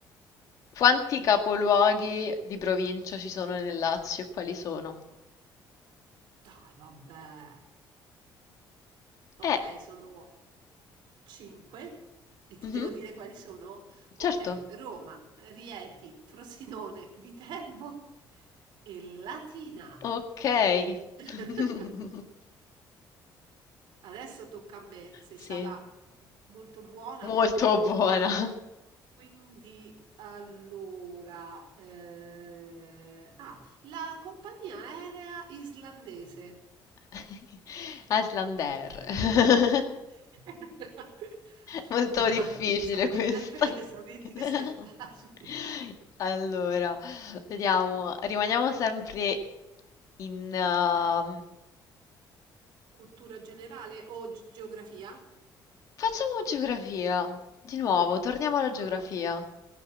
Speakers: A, on the left; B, on the right.
A: quanti capoluoghi di provincia ci sono nel Lazio e quali sono?
B: Dai, vabbè. Ok,
A: Eh,
B: sono 5 e ti
A: mhm,
B: devo dire quali Mhm. sono? Ok,
A: certo.
B: Roma, Rieti, Frosinone, Viterbo e Latina.
A: Ok.
B: <laughs>
A: <laughs>
B: Adesso tocca a me, sei
A: Sì,
B: stata molto buona
A: molto
B: con me,
A: buona.
B: quindi allora... eh, Ah, la compagnia aerea islandese.
A: <laughs> Aslander.
B: <laughs>
A: <laughs>
B: <laughs>
A: Molto
B: So
A: difficile
B: so che
A: questa.
B: l'hai preso, vedi
A: <laughs>
B: questo è facile.
A: Allora, vediamo, rimaniamo sempre in... ehm,
B: Cultura generale o ge- geografia?
A: Facciamo geografia. Di nuovo, torniamo alla
B: Ah,
A: geografia.